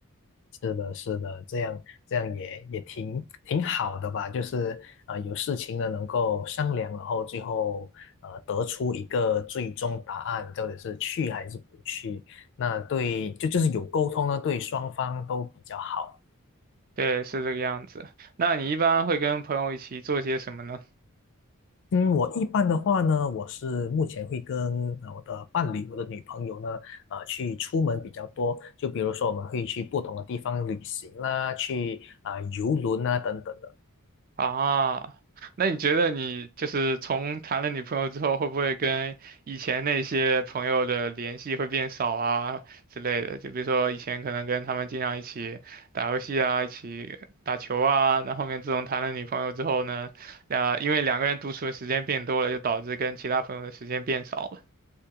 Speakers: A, on the left (about 55°); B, on the right (about 40°).
A: 是的，是的，这样这样也也挺挺好的吧，就是呃有事情呢能够商量，然后最后呃得出一个最终答案，到底是去还是不去。那对，就就是有沟通呢，对双方都比较好。
B: 对，是这个样子。那你一般会跟朋友一起做些什么呢？
A: 嗯，我一般的话呢，我是目前会跟呃我的伴侣、我的女朋友呢，呃，去出门比较多。就比如说，我们会去不同的地方旅行啦，去啊、游轮啊等等的。
B: 啊，那你觉得你就是从谈了女朋友之后，会不会跟以前那些朋友的联系会变少啊之类的？就比如说以前可能跟他们经常一起打游戏啊，一起打球啊，那后面自从谈了女朋友之后呢，啊，因为两个人独处的时间变多了，就导致跟其他朋友的时间变少了。